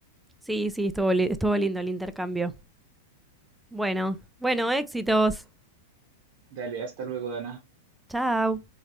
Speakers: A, in the centre; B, on the right.
A: Sí, sí, estuvo, li- estuvo lindo el intercambio. Bueno, bueno, éxitos.
B: Dale, hasta luego, Dana.
A: Chao.